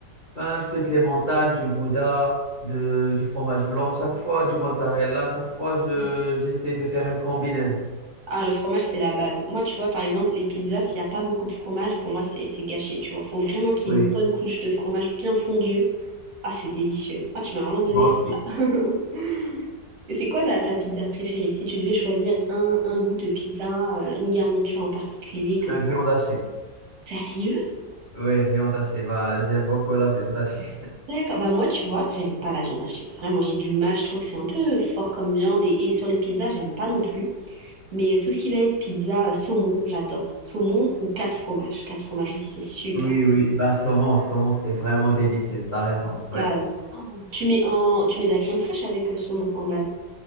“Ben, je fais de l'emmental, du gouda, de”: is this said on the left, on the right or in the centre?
Left